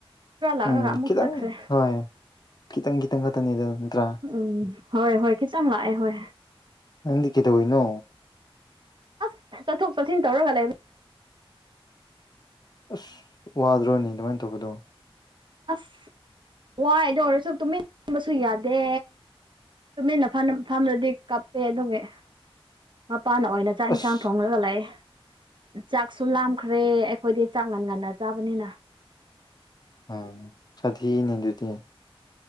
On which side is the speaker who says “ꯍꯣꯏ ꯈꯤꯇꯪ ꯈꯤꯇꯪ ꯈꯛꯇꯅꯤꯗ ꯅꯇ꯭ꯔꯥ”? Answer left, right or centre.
Left